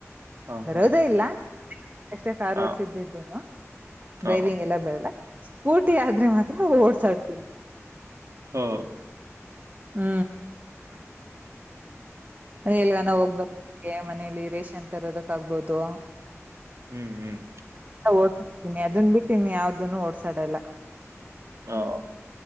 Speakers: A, on the right; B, on the right.
A: ಹಾ
B: ಬರೋದೇ
A: ಹಾ
B: ಇಲ್ಲ ಅಷ್ಟೇ ಕಾರ್
A: ಹಾ
B: ಓಡ್ಸಿದ್ದಿದ್ದನು
A: ಹಾ
B: ಡ್ರೈವಿಂಗ್ ಎಲ್ಲ ಬರಲ್ಲ. ಕೂಟಿ ಆದ್ರೆ ಮಾತ್ರ ಓಡ್ಸಾಡ್ತೀನಿ
A: ಹಾ
B: ಹ್ಮ್
A: ಹ
B: ಅದೇ ಎಲ್ಗನ ಹೋಗ್ಬಕ್ಕೆ ಮನೇಲಿ ರೇಷನ್ ತರೋದಕ್ ಆಗ್ಬೋದು
A: ಹ್ಮ್ ಹ್ಮ್
B: ಓಡ್ತೀನಿ ಅದನ್ ಬಿಟ್ಟೀನಿ ಯಾವ್ದ ಇದನ್ನು ಓಡ್ಸಾಡಲ್ಲ
A: ಹಾ